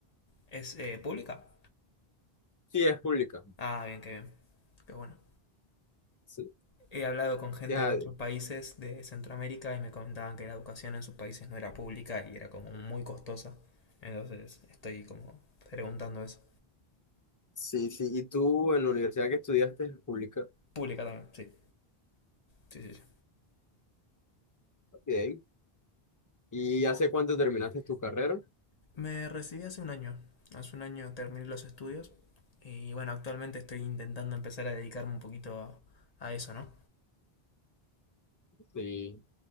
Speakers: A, on the left (about 40°); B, on the left (about 20°).
A: ¿Es eh, pública?
B: Sí, es pública.
A: Ah, bien, qué bien. Qué bueno.
B: Sí,
A: He hablado con gente
B: o sea,
A: de otros países de Centroamérica y me comentaban que la educación en sus países no era pública y era como muy costosa. Entonces estoy como preguntando eso.
B: sí, sí. ¿Y tú en la universidad que estudiaste es pública?
A: Pública también, sí. Sí, sí, sí.
B: Bien. ¿Y hace cuánto terminaste tu carrera?
A: Me recibí hace un año. Hace un año terminé los estudios y bueno, actualmente estoy intentando empezar a dedicarme un poquito a, a eso, ¿no?
B: Sí.